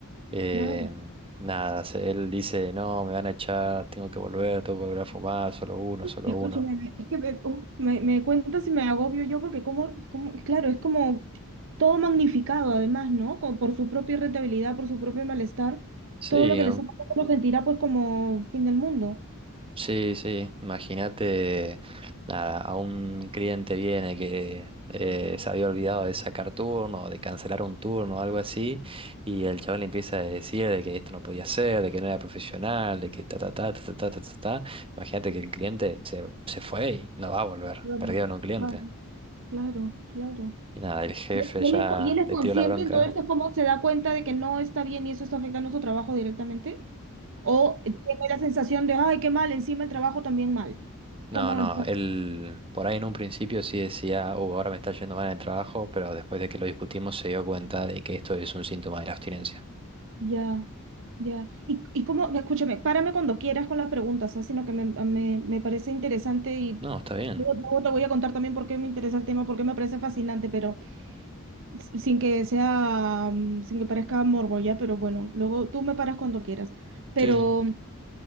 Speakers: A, on the right (about 25°); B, on the right (about 60°).
A: Eh,
B: claro.
A: nada, se- él dice, no, me van a echar, tengo que volver, tengo que volver a fumar, solo uno, solo
B: Escúchame,
A: uno.
B: es que me, uf, me, me cuentas y me agobio yo porque como, como, claro, es como todo magnificado además, ¿no? Con- por su propia irritabilidad, por su propio malestar,
A: Sí,
B: todo lo que les ha pasado lo sentirá pues como fin del mundo.
A: Sí, sí, imagínate, nada, a un cliente viene que eh, se había olvidado de sacar turno de cancelar un turno algo así, y el chaval le empieza a decir de que esto no podía ser, de que no era profesional, de que ta ta ta ta ta ta ta ta. ta. Imagínate que el cliente se, se fue y no va a volver,
B: Claro,
A: perdieron un cliente.
B: claro, claro, claro.
A: Y nada, el jefe
B: Y y
A: ya
B: él es, co- y él es
A: le
B: consciente,
A: tiró la bronca.
B: entonces es como se da cuenta de que no está bien y eso está afectando su trabajo directamente. O tiene la sensación de, ay, qué mal, encima el trabajo también mal. ¿Cómo
A: No, no,
B: es? para-
A: él por ahí en un principio sí decía, oh, ahora me está yendo mal en el trabajo, pero después de que lo discutimos se dio cuenta de que esto es un síntoma de la abstinencia.
B: Ya, ya. Y, y cómo, escúchame, párame cuando quieras con las preguntas, así Sino que me, ah, me, me parece interesante y
A: No, está bien.
B: luego, luego te voy a contar también por qué me interesa el tema, por qué me parece fascinante, pero s- sin que sea, mm, sin que parezca morbo, ya, pero bueno, luego tú me paras cuando quieras. Pero...
A: Sí, sí.